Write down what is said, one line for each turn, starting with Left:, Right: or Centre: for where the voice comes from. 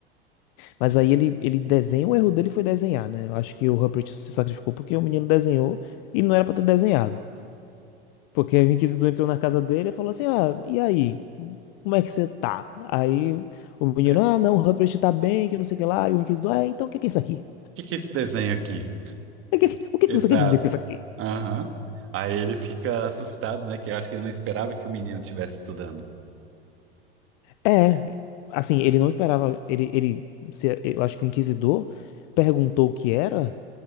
Left: Mas aí ele, ele desenha, o erro dele foi desenhar, né? Eu acho que o Rupert se sacrificou porque o menino desenhou e não era pra ter desenhado. Porque aí o inquisidor entrou na casa dele e falou assim: Ah, e aí? Como é que você tá? Aí o menino,
Right: É, O
Left: ah, não, o Rupert tá bem, que não sei o que lá. E o inquisidor, ah, então o que que é isso aqui?
Right: que que é esse desenho aqui?
Left: O que, o que
Right: Exato.
Left: que você quer dizer com isso aqui?
Right: Aham. Aí ele fica assustado, né? Que eu acho que ele não esperava que o menino estivesse estudando.
Left: É, assim, ele não esperava. Ele, ele, se- eu acho que o inquisidor perguntou o que era.